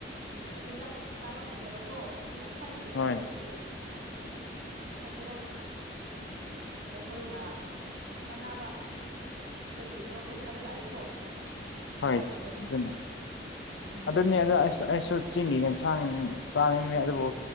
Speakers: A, on the right (about 85°); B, on the left (about 90°).
A: ꯎ ꯆꯤꯟꯖꯥꯛ ꯆꯥꯕ ꯐꯪꯗꯕꯗꯣ ꯑꯗꯨꯅ ꯈ꯭ꯋꯥꯏꯗꯒꯤ ꯑꯩꯈꯣꯏꯒꯤ
B: ꯍꯣꯏ
A: ꯀꯔꯤ ꯍꯥꯏꯁꯤꯔꯥ ꯑꯩꯈꯣꯏꯅ ꯀꯥꯟꯅꯕ ꯑꯩꯈꯣꯏꯒꯤ ꯄ꯭ꯔꯣꯐꯤꯠ ꯍꯥꯏꯕ ꯇꯥꯔꯦꯀꯣ ꯑꯗꯨꯃꯥꯏ
B: ꯍꯣꯏ
A: ꯇꯧꯋꯦ
B: ꯑꯗꯨꯅ‌ꯦ
A: ꯎꯝ
B: ꯑꯗꯨꯅꯤ ꯑꯗꯨ ꯑꯩ ꯑꯩꯁꯨ ꯆꯤꯡꯒꯤ ꯌꯦꯟꯁꯥꯡ ꯆꯥꯅꯤꯡꯕꯅꯤ ꯑꯗꯨꯕꯨ